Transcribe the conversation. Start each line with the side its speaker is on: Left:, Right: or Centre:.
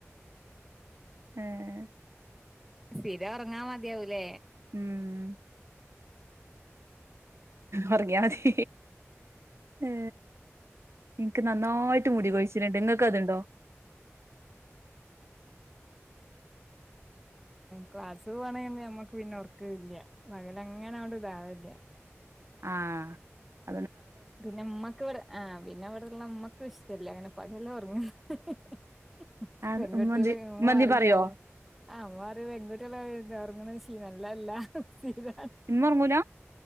Right: ആഹ
Centre: സ്ഥിര ഒറങ്ങാ മതിയാവൂലേ
Right: ഉം ഉറങ്ങിയാ മതി ഏ എനിക്ക് നന്നായിട്ട് ഇട്ട മുടിികൊഴിച്ചിട്ടുണ്ട് ങ്ങക്കതുണ്ടോ
Centre: ക്ലസ് പോണന്ന് നമ്മക്ക് പിന്നെ ഒറക്കല്യ പകല അങ്ങനെട് ഇതാവല്ല്യ
Right: ആഹ
Centre: പിന്നെ ഉമ്മക്ക് ഇവിടെ ആ പിന്നെ ഇവിടെള്ള ഉമ്മക്ക് വിഷ്ടല്ലേ അങ്ങനെ പകല് ഒറങ്ങ <inaudible>
Right: ആ
Centre: പെൺകുട്ട്യള്
Right: ഉമ്മ എന്ത്
Centre: <unintelligible>
Right: ഉമ്മ എന്തേം പറയോ
Centre: പേകുട്ട്യാള് ചീ നല്ലല്ലീത
Right: ഇമ്മൊർ ങ്ങൂല